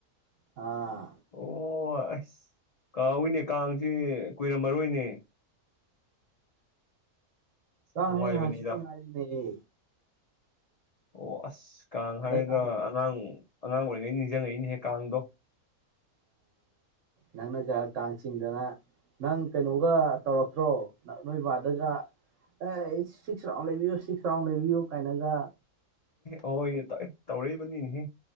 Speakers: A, on the right (about 60°); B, on the left (about 65°).
A: ꯑꯥ
B: ꯑꯣ ꯑꯁ ꯀꯥ ꯍꯏꯅꯦ ꯀꯥꯡꯁꯤ ꯀꯨꯏꯔꯝꯃꯔꯣꯏꯅꯦ
A: ꯀ
B: ꯅꯨꯡꯉꯥꯏꯕꯅꯤꯗ
A: ꯍ ꯍꯥꯁꯤ ꯇꯪ ꯉꯥꯏꯅꯦ
B: ꯑꯣ ꯑꯁ ꯀꯥꯡ
A: ꯍꯟꯗꯛ
B: ꯍꯥꯏꯔꯒ
A: ꯀꯥꯡ
B: ꯑꯉꯥꯡ ꯑꯉꯥꯡ ꯑꯣꯏꯔꯤꯉꯩ ꯅꯤꯡꯁꯤꯡꯉꯛꯏꯅꯦꯍꯦꯛ ꯀꯥꯡꯗꯣ
A: ꯅꯪꯅꯒ ꯀꯥꯡ ꯆꯤꯡꯗꯅ ꯅꯪ ꯀꯩꯅꯣꯒ ꯇꯧꯔꯛꯇ꯭ꯔꯣ ꯅꯣꯏꯕꯥꯗꯒ ꯑꯦ ꯁꯤꯛꯁ ꯔꯥꯎꯟ ꯂꯩꯕꯤꯌꯨ ꯁꯤꯛꯁ ꯔꯥꯎꯟ ꯂꯩꯕꯤꯌꯨ ꯀꯥꯏꯅꯒ
B: ꯑꯣꯏ ꯌꯦ ꯇ ꯇꯧꯔꯛꯏꯕꯅꯤꯅꯦꯍ